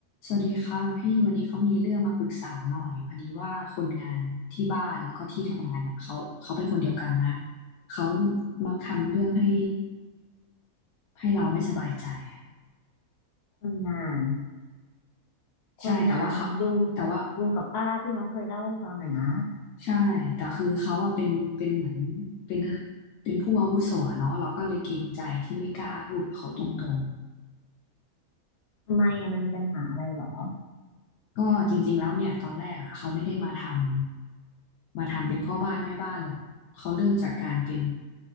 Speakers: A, on the left; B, on the left.
A: สวัสดีค่ะพี่วันนี้เขามีเรื่องมาปรึกษาหน่อยพอดีว่าคนงานที่บ้านแล้วก็ที่ทำงานอ่ะเขาเขาเป็นคนเดียวกันนะเขามักทำเรื่องให้ให้เราไม่สบายใจอะ
B: คนงานคนงานลุง
A: ใช่แต่ว่าเขาแต่ว่า
B: ลุงกับป้าที่น้องเคยเล่าให้ฟังอะนะ
A: ใช่แต่คือเขาอ่ะเป็นเป็นเหมือนเป็นเป็นผู้อาวุโสอะเนาะเราก็เลยเกรงใจที่ไม่กล้าพูดกับเขาตรง
B: ทำไมอะมันมีปัญหาอะไรหรอ
A: ก็จริงๆ แล้วเนี่ยตอนแรกอ่ะเขาไม่ได้มาทำมาทำเป็นพ่อบ้านแม่บ้านหรอกเขาเริ่มจากการเป็น